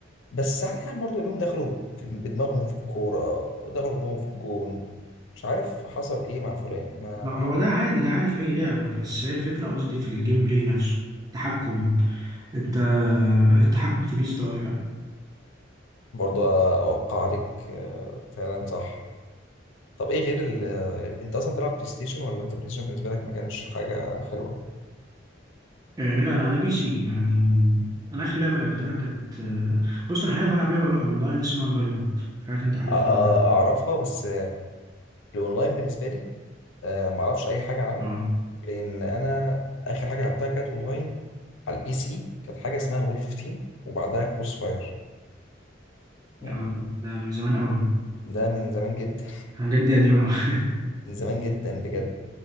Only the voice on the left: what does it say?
بس ساعات يعني برضه اليوم دخلوا في- بدماغهم في الكوره ودخلوا بدماغهم في الجون مش عارف حصل ايه مع فلان ما
لا
برضه اوقع عليك آه، فعلا صح طب ايه غير ال... انت اصلا بتلعب بلاي ستيشن ولا انت بلاي ستيشن بالنسبه لك ما كانش حاجه حلوه
أ- أ-
اعرفها بس الاونلاين بالنسبه لي آه ما اعرفش اي حاجه عنه
لان انا اخر حاجه لعبتها كانت اونلاين على البي سي كانت حاجه اسمها وولف تيم وبعدها كروس فاير يعني
ده من زمان جدا
<laughs> من زمان جدا بجد